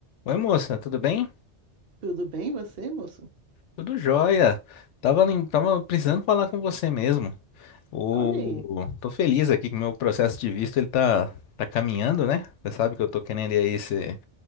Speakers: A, on the left; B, on the right.
A: Oi, moça, tudo bem?
B: Tudo bem você, moço?
A: Tudo jóia. Tava, nem- tava precisando falar com você mesmo. O...
B: Olha aí,
A: Tô feliz aqui que o meu processo de visto ele tá, tá caminhando, né? Você sabe que eu tô querendo ir aí ser,